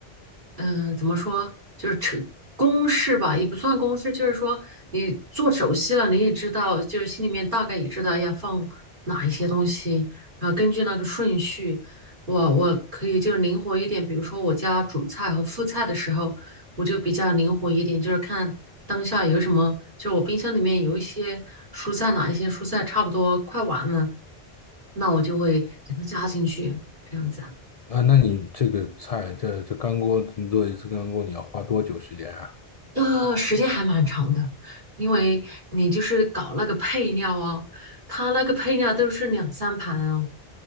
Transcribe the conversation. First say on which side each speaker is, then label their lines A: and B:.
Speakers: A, on the right (about 50°); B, on the left (about 45°).
A: 嗯、怎么说，就是成公式吧，也不算公式，就是说你做熟悉了，你也知道，就是心里面大概也知道要放哪一些东西，然后根据那个顺序，我我可以就是灵活一点，比如说我家主菜和副菜的时候。我就比较灵活一点，就是看当下有什么，就是我冰箱里面有一些蔬菜，哪一些蔬菜差不多快完了，那我就会给它加进去，这样子啊。
B: 啊，那你这个菜，这这干锅，你做一次干锅你要花多久时间啊？
A: 呃，时间还蛮长的，因为你就是搞那个配料啊，它那个配料都是两三盘啊，